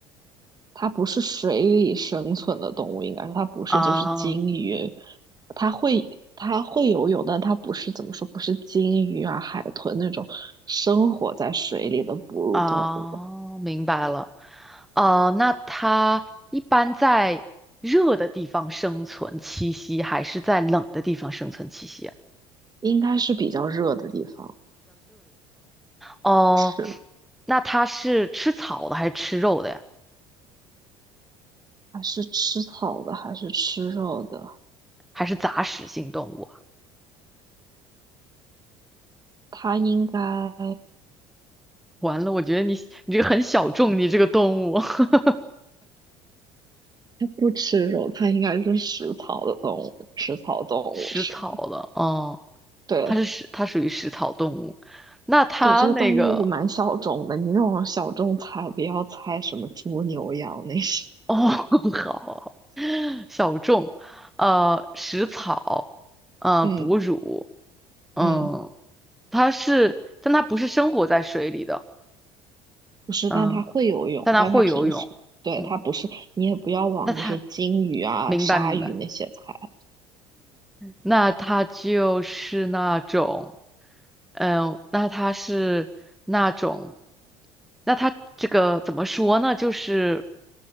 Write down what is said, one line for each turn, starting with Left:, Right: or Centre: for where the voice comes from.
Right: 它不是水里生存的动物，应该说它不是就是鲸鱼，
Centre: 啊、
Right: 它会它会游泳，但它不是怎么说，不是鲸鱼啊、海豚那种生活在水里的哺乳动物，
Centre: 哦，明白了。呃，那它一般在热的地方生存栖息，还是在冷的地方生存栖息啊？
Right: 应该是比较热的地方
Centre: 哦，
Right: 是
Centre: 那它是吃草的，还是吃肉的呀？
Right: 还是吃草的，还是吃肉的？
Centre: 还是杂食性动物啊？
Right: 它应该。
Centre: 完了，我觉得你你这个很小众，你这个动物 <laughs>
Right: 它不吃肉，它应该是食草的动物，食草动物是。
Centre: 食草的，哦，
Right: 对
Centre: 它是食，它属于食草动物。那它那个。
Right: 对，这个动物蛮小众的，你这种小众猜，不要猜什么猪、牛、羊那些。
Centre: 哦，<laughs> 好小众，呃，食草，呃，
Right: 嗯
Centre: 哺乳，嗯，
Right: 嗯，
Centre: 它是，但它不是生活在水里的，
Right: 不是，
Centre: 嗯，
Right: 但它会游泳，
Centre: 但它会游泳，
Right: 但它平时对它不是，
Centre: 嗯，
Right: 你也不要往就是金鱼啊、
Centre: 那它，明白明白，
Right: 鲨鱼那些猜，
Centre: 那它就是那种，嗯，那它是那种，那它这个怎么说呢？就是，